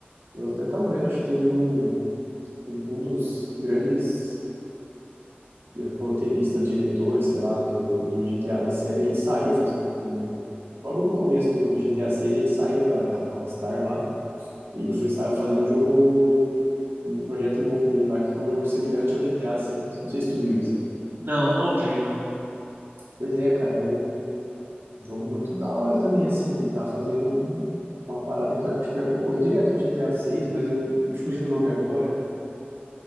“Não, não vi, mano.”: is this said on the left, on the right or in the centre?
Right